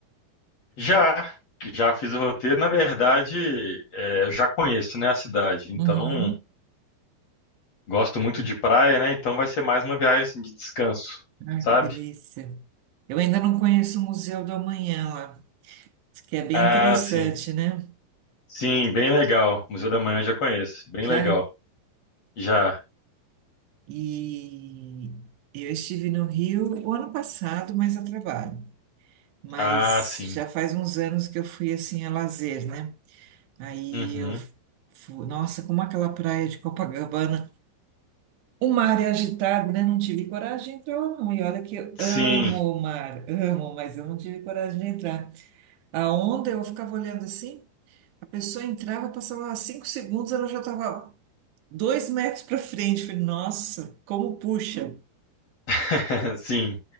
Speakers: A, on the left; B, on the right.
A: Já, já fiz o roteiro. Na verdade, é, eu já conheço, né, a cidade. Então,
B: Uhum.
A: gosto muito de praia, né? Então, vai ser mais uma viagem assim, de descanso,
B: Ai,
A: sabe?
B: que delícia! Eu ainda não conheço o Museu do Amanhã lá, que é bem
A: Ah,
B: interessante,
A: sim.
B: né?
A: Sim, bem legal. Museu da Manhã eu já conheço. Bem
B: Já?
A: legal. Já.
B: E eu estive no Rio o ano passado, mas a trabalho. Mas
A: Ah, sim.
B: já faz uns anos que eu fui assim a lazer, né? Aí
A: Uhum.
B: eu fui, nossa, como aquela praia de Copacabana, o mar é agitado, né? Não tive coragem de entrar lá, não. E olha que eu amo
A: Sim,
B: o mar, amo, mas eu não tive coragem de entrar. A onda, eu ficava olhando assim, a pessoa entrava, passava cinco segundos, ela já estava dois metros para frente. Eu Falei, nossa, como puxa.
A: <laughs> sim.